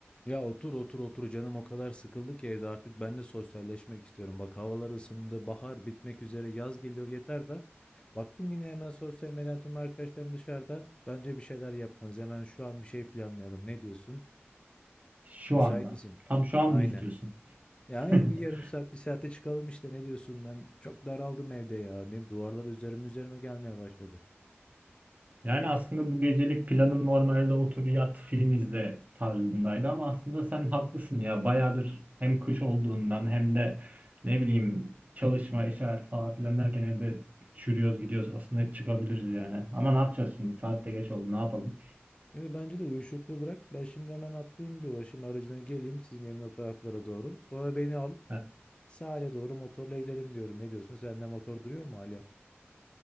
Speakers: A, on the left; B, on the right.
A: Ya otur otur otur canım o kadar sıkıldı ki evde artık ben de sosyalleşmek istiyorum. Bak havalar ısındı, bahar bitmek üzere, yaz geliyor yeter de. Baktım yine hemen sosyal medyadan tüm arkadaşlarım dışarıda. Bence bir şeyler yapmalıyız. Hemen şu an bir şey planlayalım. Ne diyorsun?
B: Şu
A: Müsait
B: anda.
A: misin?
B: Tam şu an
A: Aynen.
B: mı istiyorsun?
A: Ya aynen
B: <laughs>
A: bir yarım saat, bir saate çıkalım işte. Ne diyorsun? Ben çok daraldım evde ya. Değil mi? Duvarlar üzerime üzerime gelmeye başladı.
B: Yani aslında bu gecelik planım normalde otur yat film izle tarzındaydı ama aslında sen haklısın ya. Bayağıdır hem kış olduğundan hem de ne bileyim çalışma, iş hayatı falan filan derken evde çürüyoruz gidiyoruz. Aslında çıkabiliriz yani. Ama ne yapacağız şimdi? Saat de geç oldu. Ne yapalım?
A: Yani bence de uyuşukluğu bırak. Ben şimdi hemen atlayayım bir ulaşım aracına geleyim sizin evin o taraflara doğru. Sonra beni al.
B: Ha,
A: Sahile doğru motorla gidelim diyorum. Ne diyorsun? Sende motor duruyor mu hala?